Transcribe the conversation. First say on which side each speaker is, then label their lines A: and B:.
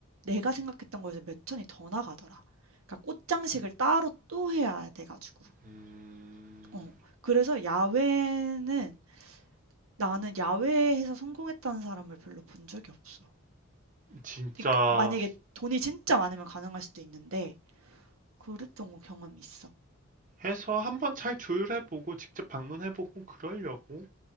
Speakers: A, on the right (about 70°); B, on the right (about 35°).
A: 내가 생각했던 거에서 몇 천이 더 나가더라. 그러니까 꽃장식을 따로 또 해야 돼 가지고.
B: 음,
A: 어. 그래서 야외는 나는 야외에서 성공했다는 사람을 별로 본 적이 없어.
B: 진짜,
A: 그러니까 만약에 돈이 진짜 많으면 가능할 수도 있는데 그랬던 거 경험이 있어.
B: 해서 한번 잘 조율해보고 직접 방문해보고 그러려고